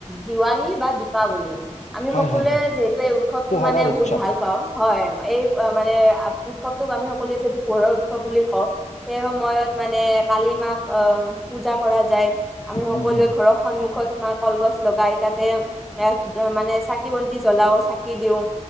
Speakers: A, in the centre; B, on the left.
A: দিৱালী বা দীপাৱলী আমি
B: হয়
A: সকলোৱে
B: হয় হয়
A: যিহেতু এই উৎসৱতটো
B: পোহৰৰ
A: মানে
B: উৎসৱ
A: বহুত ভাল পাওঁ। হয়, এই অহ' মানে উৎসৱটোক আমি সকলোৱে যিহেতু পোহৰৰ উৎসৱ বুলি কওঁ। সেই সময়ত মানে কালি মাক অহ, পূজা কৰা যায়। আমি সকলোৱে
B: উম উম
A: ঘৰৰ সন্মুখত তোমাৰ কলগছ লগাই, তাতে এ মানে চাকি বন্তি জ্বলাও চাকি দিওঁ।